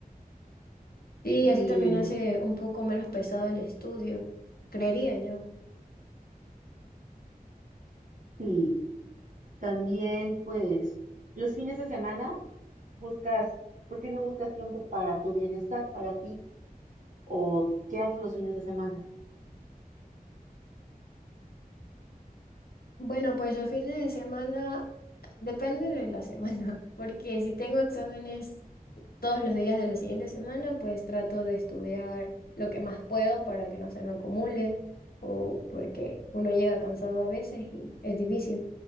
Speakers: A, on the left; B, on the right.
A: Sí,
B: Y
A: así también hace un poco menos pesado el estudio, creería yo.
B: Sí, también pues los fines de semana buscas, ¿por qué no buscas tiempo para tu bienestar, para ti? ¿O qué haces los fines de semana?
A: Bueno, pues los fines de semana depende de la semana, <laughs> porque si tengo exámenes todos los días de la siguiente semana, pues trato de estudiar lo que más puedo para que no se me acumule o porque uno llega cansado a veces y es difícil.